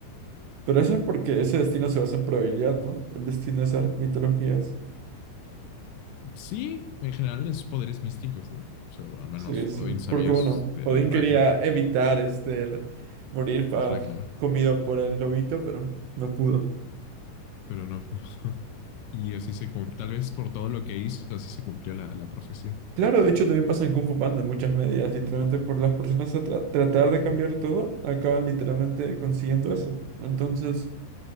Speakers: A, on the right; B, on the left.
A: pero eso es porque
B: Ujú.
A: ese destino se basa en probabilidad, ¿no? El destino de esas mitologías.
B: Sí, en general es poderes místicos, ¿no? O sea, al menos
A: Sí, sí.
B: Odín sabía
A: Porque, bueno,
B: s- del
A: Odín
B: Ragnarok.
A: quería evitar este, el morir ah,
B: El Ragnarok.
A: comido por el lobito, pero no pudo.
B: pero no pudo. <laughs> Y así se cum- tal vez por todo lo que hizo, así se cumplió la, la profecía.
A: Claro, de hecho, también pasa en Kung Fu Panda en muchas medidas. Literalmente, por las personas a tra- tratar
B: Como
A: de cambiar
B: para
A: todo, acaban literalmente consiguiendo eso. Entonces.